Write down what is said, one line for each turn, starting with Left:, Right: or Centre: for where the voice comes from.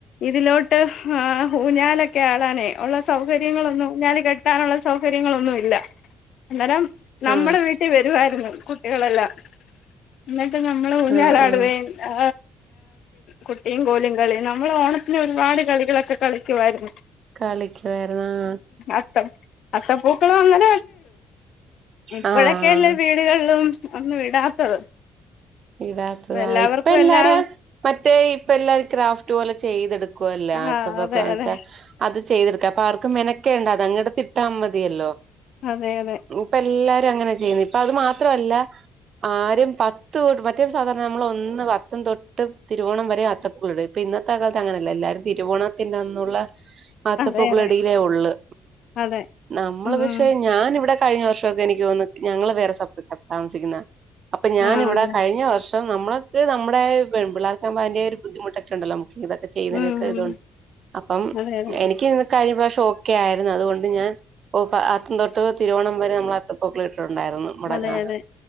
Left: ഇതിലോട്ട് ആ ഊഞ്ഞാലൊക്കെ ആട നേ ഉള്ള സൗകര്യങ്ങളൊന്ന ഊഞ്ഞാല കെട്- കെട്ടാനുള്ള സൗകര്യങ്ങളൊന്നു ഇല്ല അന്നേരം നമ്മുടെ
Right: ആ
Left: വീട്ടിൽ വരുവായിരുന്നു കുട്ടികളെല്ലാം എന്നിട്ട് നമ്മൾ ഊഞാലാടുവേ
Right: ആ ആ
Left: ആ കുട്ടിയും കോലിയും കളിയും നമ്മള് ഓണത്തിന് ഒരുപാട് കളികളൊക്കെ കളി- കുറവായിരുന്നു
Right: കളിക്കുവായിരുന്നു ആ
Left: അത്തം അത്തപ്പൂക്കൾ വന്ന- ഇപ്പഴൊക്കെ
Right: ആഹ്
Left: എല്ലാ വീടുകളിലും ഒന്നും ഇടാത്തത്.
Right: ഇടാത്തതാ
Left: ഇപ്പൊ എല്ലാവർക്കും
Right: ഇപ്പ എല്ലാരും
Left: എല്ലാവരും
Right: മറ്റേ ഇപ്പ എല്ലാരും ക്രാഫ്റ്റ് പോലെ ചെയ്തെടുക്ക- ക്കല്ലേ
Left: ആ
Right: ആത്തപ്പക്കച്ച-
Left: അതെ അതെ
Right: അത് ചെയ്തെടുക്ക അപ്പൊ ആർക്കും മെനക്കേണ്ട അതങ്ങട്ട് ഇട്ടാ മതിയല്ലോ
Left: അതെ അതെ
Right: ഇപ്പ എല്ലാരും അങ്ങനെ ചെയ്യുന്നു ഇപ്പ അത് മാത്രല്ല ആരും ത്ത മറ്റേ സാധാരണ നമ്മള് ഒന്ന് അത്തം തൊട്ട് തിരുവോണം വരെ അത്തപുവീടും ഇപ്പൊ ഇന്നത്തെ കാലത്ത് അങ്ങനെയല്ല എല്ലാവരും തിരുവോണത്തിന്റെന്നുള്ള ആത്തപ്പൂക്കള
Left: അതെ അതെ
Right: ഇടിയിലേ ഉള്ളു
Left: അതെ
Right: നമ്മള്
Left: ഉം
Right: പക്ഷേ ഞാനിവിടെ കഴിഞ്ഞ വർഷംക്കെ എനിക്ക് തേന്നുന്ന് ഞങ്ങള് വേറെ താമസിക്കുന്ന അപ്പൊ ഞാൻ
Left: ആ
Right: ഇവിടെ
Left: അതെ
Right: ഞ്ഞ വർഷം നമ്മൊക്ക് നമ്മുടെ പെൺപിള്ളേർക്ക് അതിന്റെ ഒരു ബുദ്ധിമുട്ടൊക്കെണ്ടോ നമുക്ക് ഇതൊക്കെ ചെയ്യുന്നതിനൊക്കെ
Left: ഉം ഉം
Right: ഇതണ്ട് അപ്പം
Left: അതെ അതെ
Right: എനിക്ക് കഴിഞ്ഞ പ്രാവശ്യം ഓക്കെ ആയിരുന്നു അതുകൊണ്ട് ഞാൻ ഓ ആത്തം തൊട്ട് തിരുവോണം വരെ നമ്മള് ആത്തപൂക്കളിട്ടുണ്ടായിരുന്നു. മടങ്ങാത
Left: അതെ അതെ